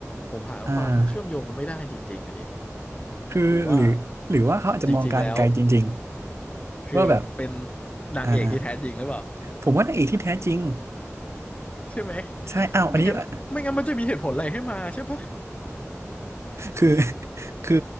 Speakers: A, on the left; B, on the right.
A: ผมหาความเชื่อมโยงไม่ได้จริงๆอันนี้
B: อ่าคือหรือหรือว่าเขาอาจจะมองการไกลจริง
A: หรือว่าจริงๆแล้ว
B: ๆว่าแบบ
A: คือเป็นนางเอกที่แท้จริงหรือเปล่า
B: อ่าอ่าผมว่านางเอกที่แท้จริง
A: ใช่ไหม
B: ใช่อ้าวอันนี้
A: ไม่งั้นไม่งั้นมันจะมีเหตุผลอะไรให้มาใช่ปะ
B: <laughs> อ่ะคือคือ